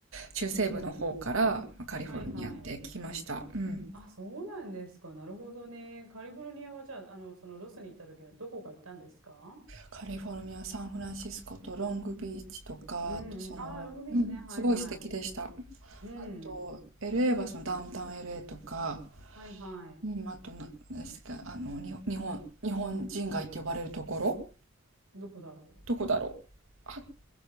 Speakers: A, on the right (about 65°); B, on the right (about 85°).
A: 中西部の方からカリフォルニアって聞きました。
B: あ。はいはい。
A: うん。
B: あ、そうなんですか。なるほどね。カリフォルニアはじゃあ、あの、そのロスに行った時はどこか行ったんですか
A: カリフォルニア、サンフランシスコとロングビーチとか、
B: うんうん。
A: あとその、
B: ああ、ロングビーチね。
A: うん、
B: はいはい。
A: すごい素敵でした。あ
B: うん。
A: と、LA はそのダウンタウン LA とか、
B: はいはい。
A: うん、あとな、何ですか、あの、に、日本、日本人街って呼ばれるところ、
B: どこだろ
A: どこだろう。